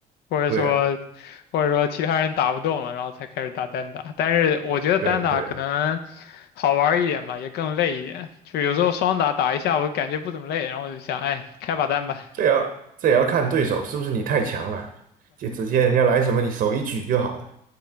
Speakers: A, on the left (about 75°); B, on the right (about 55°).
A: 或者说
B: <laughs> 对啊，
A: 或者说其他人打不动了，然后才开始打单打。但是我觉得单打可能。
B: 对对啊，
A: 好玩儿一点吧，也更累一点。就有时候双打打一下，我感觉不怎么累，然后我就想，哎，开把单吧。
B: 这也要这也要看对手是不是你太强了，就直接人家来什么你手一举就好了，